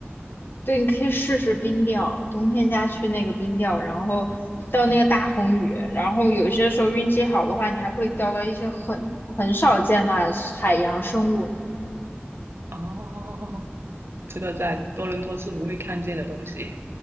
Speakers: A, on the left; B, on the right.
A: 对，你可以试试冰钓，冬天家去那个冰钓，然后钓那个大红鱼，
B: 啊，
A: 然后有些时候运气好的话，你还会钓到一些很很少见的海洋生物。
B: 哦，这个在多伦多是不会看见的东西，